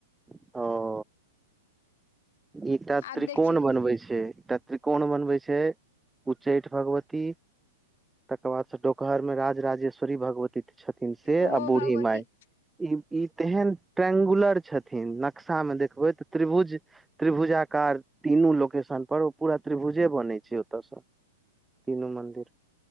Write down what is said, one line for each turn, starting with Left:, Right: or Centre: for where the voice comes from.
Centre: <unintelligible> एकटा
Left: आब
Centre: त्रिकोण
Left: देखियौ
Centre: बनवे छै एकटा त्रिकोण बनवे छै उच्चैठ भगवती। तकर बाद से चटोकार मे राजराजेश्वरी भगवती छथिन से
Left: ओहो
Centre: आ बूढ़ी
Left: भगवती
Centre: माय। ई ई तेहन ट्रेंगुलर छथिन नक्शा मे देखबै त। त्रिभुज त्रिभुजाकर तीनू लोकेशन पर ओ पूरा त्रिभुजे बनै छै ओतय सँ। तीनू मंदिर